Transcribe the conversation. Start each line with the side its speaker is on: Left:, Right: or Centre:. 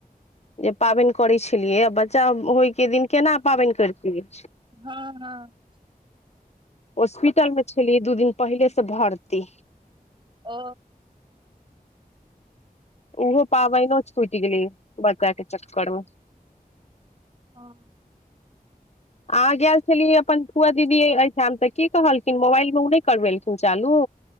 Left: जे पाबनि करै छलियै आ बच्चा होइके दिन केना पाबनि करतिए
Right: हँ हँ
Left: हॉस्पिटल मे छलियै दू दिन पहिले से भर्ती
Right: ओ
Left: ओहो पाबनो छूटि गेलै बच्चा कऽ चक्कर मे
Right: हँ
Left: अहाँ गेल छलियै अपन पुआ दीदी एहिठाम तऽ की कहलखिन मोबाइल मे ओ नहि करबेलखिन चालू